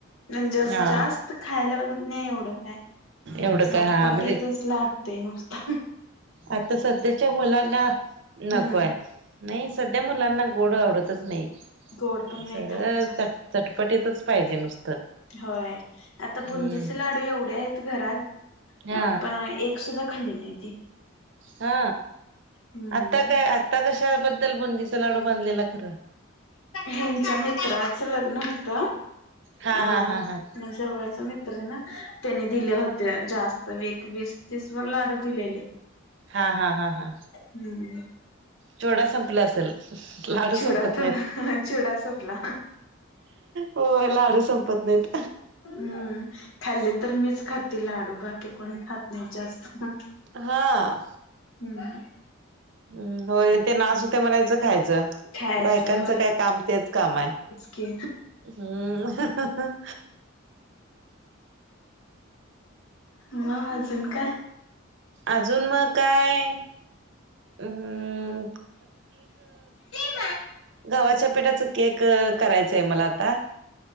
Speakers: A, on the left; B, on the right.
A: म्हणजे अस
B: हा
A: जास्त खायला बघत नाही एवढं काय
B: एवढं
A: चटपटीतच
B: काय हा म्हणजे
A: लाग ते नुसत.
B: आता सध्याच्या मुलांना
A: हम्म
B: नकोय. नाही सध्या मुलांना गोड आवडतच नाही
A: गोड पण नाही
B: सगळं
A: खात जास्त
B: चट चटपटीतच पाहिजे नुसतं.
A: होय आता
B: हम्म
A: बुंदीचे लाडू एवढे आहेत घरात
B: हा
A: अ पण एक सुद्धा खाल्ले नाही ती.
B: हा
A: हम्म
B: आता काय आता कशाबद्दल बुंदीचा लाडू बांधलेला खरं.
A: हेंच्या मित्राच लग्न होत.
B: हा हा
A: अ
B: हा हा
A: म जवळचा मित त्र ना त्यांनी दिले होते जास्त एक वीस तीस वर लाडू दिलेले.
B: हा हा हा हा.
A: हम्म.
B: चिवडा संपला असेल लाडू
A: चिवडा
B: संपत
A: तर
B: नाहीत.
A: चिवडा संपला
B: हो लाडू संपत नाहीत.
A: हम्म खाल्ले तर मीच खाती लाडू बाकी कोण खात नाहीत जास्त.
B: हा.
A: हम्म.
B: हम्म होय ते नास होतेय म्हणायचं खायचं
A: खायचं
B: बायकांचं काय काम तेच काम आहे.
A: ओके.
B: हम्म.
A: ह अजून काय?
B: अजून मग काय हम्म
A: <inaudible>
B: गवाच्या पिठाचा केक करायचंय मला आता.